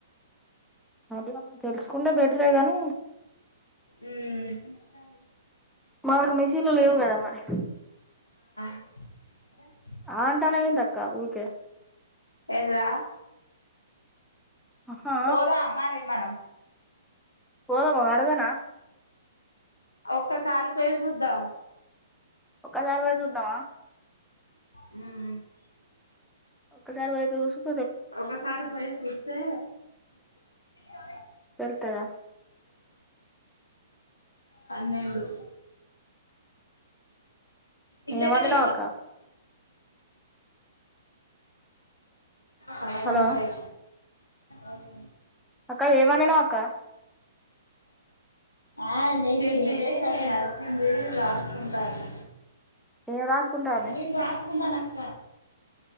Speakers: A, in the centre; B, on the left.
A: అదే మ తెలుసుకుంటే బెటరే గాని
B: ఉ ఎకా
A: మాకు మిషన్లు లేవు కదా మరి
B: <inaudible>
A: ఆ అంటాన ఏంద అక్క ఊకే
B: ఏంద్రా
A: ఆహా
B: పోదా మారి మనం
A: పోదమా అడగానా
B: ఒక్కసారి పోయి చూద్దాం
A: ఒసారి పోయి చూద్దామా
B: అ
A: ఒకసారి పోయి చూసొద్దాం
B: ఒకసారి పోయి చూస్తే అ <inaudible>
A: తెలుత్తదా
B: పన్నెండు ఇజన్నది
A: ఏం వండినావు అక్క
B: తాకం
A: హలో
B: ఉంటాయి అవు
A: అక్క ఏం వండినావ్ అక్క
B: ఆ న నచ్చింది రాసుకుంటాను
A: ఏం రాసుకుంటాంది
B: నేన్ రాస్కుంటానా <inaudible>